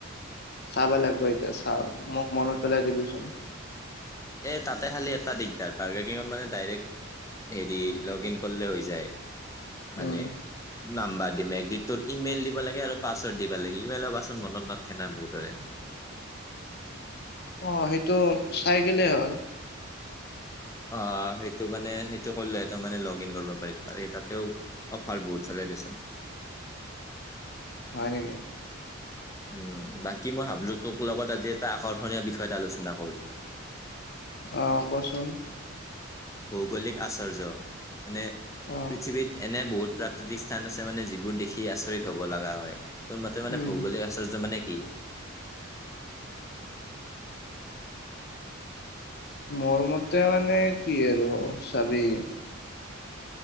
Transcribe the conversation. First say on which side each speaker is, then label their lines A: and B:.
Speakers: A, on the left; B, on the left.
A: চাব লাগিব এতিয়া চাও মোক মনত পেলাই দিবিচোন
B: এই তাতে খালী এটা দিগদাৰ পাৰ্কিঙত মানে ডাইৰেক্ট হেৰি লগ ইন কৰিলে হৈ যায় মানে
A: উম
B: নাম্বাৰ দিম একদ তোৰ ইমেইল দিব লাগে আৰু পাছৱৰ্ড দিব লাগে। ইমেইলৰ পাছৰ্ড মনত নখে না বহুতৰে <unintelligible>
A: অ', সেইটো চাই গেলে হ'ল।
B: অ সেইটো মানে সেইটো কইলে ত মানে লগ ইন কৰব পাৰি আৰু তাতেও অফাৰ বহুত চলে। <inaudible>
A: হয় নেকি?
B: উ বাকী মই ভাবলো তোক লগত আজি এটা আকৰ্ষণীয় বিষয়ত এটা আলোচনা কৰো।
A: অ', কোৱাচোন।
B: ভৌগলিক আশৰ্য, মানে
A: অ
B: পৃথিৱীত এনে বহুত প্ৰাকৃতিক স্থান আছে মানে যিবোৰ দেখি আচৰিত হ'ব লগা হয় তোৰ মতে মানে
A: উম
B: ভৌগলিক আচৰ্য মানে <unintelligible>
A: মোৰ মতে মানে কি আৰু চাবি